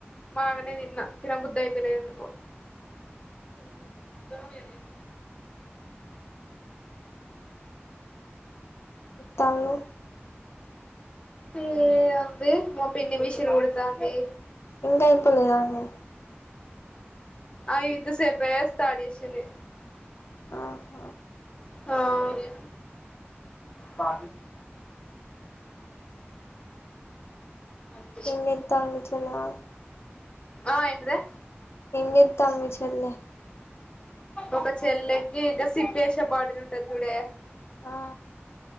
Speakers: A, on the left; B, on the left.
A: మాగనే తిన్నా తినబుద్ధయితలే ఎందుకో
B: హా
A: ఇస్తాన్ మమ్మీ అని
B: తల్నో
A: ఏ అంది మా పన్ని మిషిన్ కుడతాంది
B: ఇంకా అయిపోలేదానే
A: అవి ఇంత సేపే స్టార్ట్ చేసింది
B: ఆహా
A: ఆ ఏ మా సతే <inaudible>
B: ఇంకెంతాంది చెలాయ్
A: ఆ ఎంటిదే
B: ఏం చెత్తంది మీ చెల్లె
A: ఒక చెల్లెకి ఇంకా సిప్ చేసే బాటిల్ ఉంటాది చూడే
B: ఆ